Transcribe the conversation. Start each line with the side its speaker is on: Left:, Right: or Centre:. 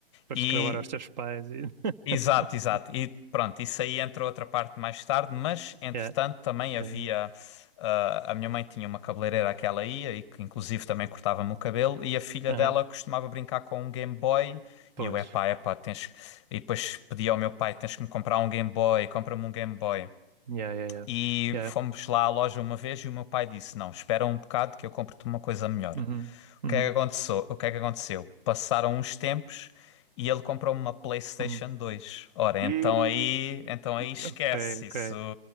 Right: Depois
Left: E
Right: de cravar aos teus pais e. <laughs>
Left: Exato, exato. E pronto, isso aí entra outra parte mais tarde, mas entretanto
Right: Yeah.
Left: também havia.
Right: Yeah. yeah.
Left: ah, a minha mãe tinha uma cabeleireira a que ela ia e que inclusive também cortava-me o cabelo, e a filha
Right: Aham.
Left: dela costumava brincar com um Game Boy.
Right: Pois.
Left: E eu, epá, epá, tens. que-" E depois pedia ao meu pai: tens que me comprar um Game Boy, compra-me um Game Boy.
Right: Yeah, yeah, yeah.
Left: E
Right: Yeah.
Left: fomos lá à loja uma vez e o meu pai disse: Não, espera um bocado que eu compro-te uma coisa melhor.
Right: Uhum.
Left: O
Right: Uhum.
Left: que é que aconteceu? O que é que aconteceu? Passaram uns tempos e ele comprou uma PlayStation
Right: Uhum.
Left: 2. Ora, então
Right: Ih,
Left: aí, então aí esquece
Right: Ok, ok.
Left: isso.